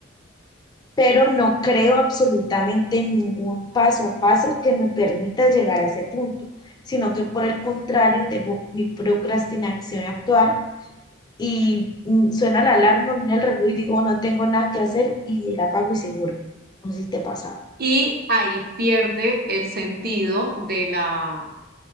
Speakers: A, on the left (about 20°); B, on the right (about 50°).
A: pero no creo absolutamente en ningún paso a paso que me permita llegar a ese punto, sino que por el contrario dejo mi procrastinación actuar y mm, suena la alarma, mira el reloj y digo no tengo nada que hacer y me la apago y se duerme. No sé si te pasaba.
B: Y ahí pierde el sentido de la,